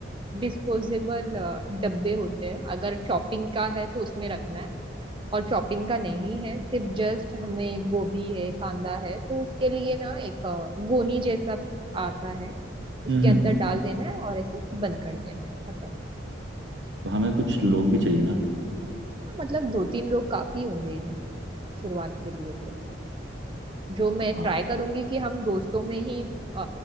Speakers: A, on the right; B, on the right.
A: डिस्पोजेबल डब्बे होते हैं अगर चॉपिंग का है तो उसमें रखना है और चॉपिंग का नहीं है सिर्फ जस्ट हमें गोभी है कांदा है तो उसके लिए ना एक अ, गोनी जैसा आता है उसके
B: हम्म
A: अंदर डाल देना है और ऐसे बंद कर देना है खत्म
B: तो हमें कुछ लोग भी चाहिए ना
A: हाँ, मतलब दो तीन लोग काफी होंगे इन शुरुआत के लिए तो जो मैं
B: हाँ
A: ट्राई करूंगी कि हम दोस्तों में ही अ,